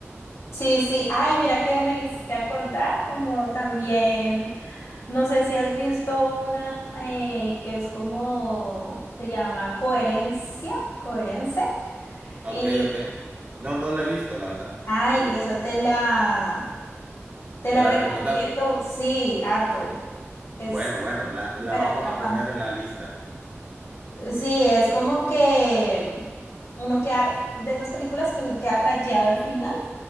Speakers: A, on the left; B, on the right.
A: Sí, sí. Ay, mira que me hiciste acordar, como también, no sé si has visto una eh, que es como, se llama Coherencia, Coherence.
B: Ok,
A: Y,
B: ok. No, no la he visto, la verdad.
A: ay, esa te la, te
B: ¿Me
A: la
B: la
A: recomiendo,
B: recomendás?
A: sí, harto. Es
B: Bueno, bueno, la,
A: súper
B: la vamos
A: atrapante.
B: a poner en la lista.
A: Sí, es como que uno queda, de esas películas que uno queda rayado al final,